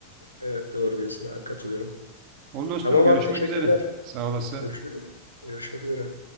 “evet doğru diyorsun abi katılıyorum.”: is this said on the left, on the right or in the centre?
Left